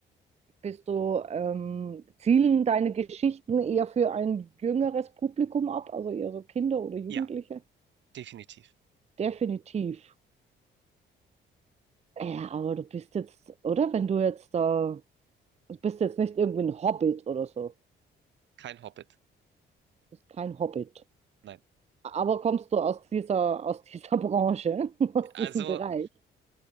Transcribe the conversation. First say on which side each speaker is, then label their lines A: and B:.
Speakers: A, on the right; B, on the right.
A: bist du, ähm, zielen deine Geschichten eher für ein jüngeres Publikum ab, also eher so Kinder oder Jugendliche?
B: Ja, definitiv.
A: Definitiv. Ja, aber du bist jetzt, oder? Wenn du jetzt da, du bist jetzt nicht irgendwie ein Hobbit oder so. Du
B: Kein Hobbit.
A: bist kein Hobbit.
B: Nein.
A: Aber kommst du aus dieser, aus dieser <laughs> Branche, aus
B: Also,
A: diesem Bereich?